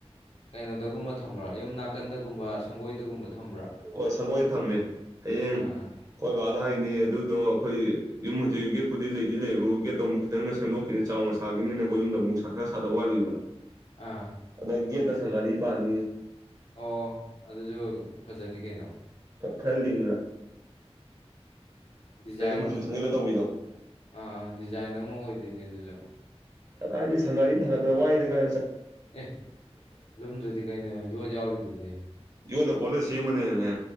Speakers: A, on the left; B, on the right.
A: ꯀꯩꯅꯣꯗꯒꯨꯝꯕ ꯊꯝꯕ꯭ꯔꯣ ꯌꯨꯝ ꯅꯥꯀꯟꯗꯒꯨꯝꯕ ꯁꯪꯒꯣꯏꯗꯒꯨꯝꯕ ꯊꯝꯕ꯭ꯔꯥ
B: ꯍ ꯁꯪꯒꯣꯏꯗ ꯊꯝꯃꯦ ꯍꯌꯦꯡ
A: ꯑꯥ
B: ꯀꯣꯏ ꯕꯥꯅ ꯍꯥꯏꯅꯤ ꯑꯗꯨꯗꯣ ꯑꯩꯈꯣꯏ ꯌꯨꯝ ꯍꯧꯖꯤꯛꯒꯤ ꯐꯨꯗꯤ ꯂꯩꯗꯤ ꯂꯩꯌꯦꯕꯨ ꯒꯦꯠꯇꯣ ꯑꯃꯨꯛ ꯈꯤꯇꯪ ꯁꯦꯝꯗꯣꯛꯈꯤꯅꯦ ꯆꯥꯎ ꯃꯁꯥꯒꯤꯅꯤꯅꯀꯣ ꯌꯨꯝꯗ ꯑꯃꯨꯛ ꯈꯔ ꯁꯥꯗ ꯋꯥꯠꯂꯤꯕ
A: ꯑꯥ
B: ꯑꯗꯒꯤ ꯇ ꯁꯪꯒꯥꯔꯤ ꯄꯅꯤ
A: ꯑꯣ ꯑꯗꯨꯁꯨ ꯐꯖꯅꯤ ꯀꯩꯅꯣ
B: ꯈꯜꯗꯤ
A: ꯗꯤꯖꯥꯏꯟ
B: ꯃꯆꯨ ꯁꯪꯖꯤꯜꯂ ꯇꯧꯕꯤꯗꯣ
A: ꯑꯥ ꯗꯤꯖꯥꯏꯟ ꯇꯥꯃꯣ ꯑꯣꯏꯗꯣꯏꯅꯦ ꯑꯗꯨꯁꯨ
B: ꯀꯗꯥꯏꯗꯤ ꯁꯪꯒꯥꯔꯤꯅ ꯊꯪꯒꯗ꯭ꯔꯣ ꯋꯥꯏꯗ ꯀ
A: ꯑꯦ ꯂꯨꯝꯗ꯭ꯔꯗꯤ ꯀꯩꯅꯣ ꯌꯣꯠ ꯌꯥꯎꯔꯤꯗꯨꯗꯤ
B: ꯌꯣꯟ ꯅ ꯀꯂ ꯁꯦꯝꯃꯅꯤ ꯅꯅꯦ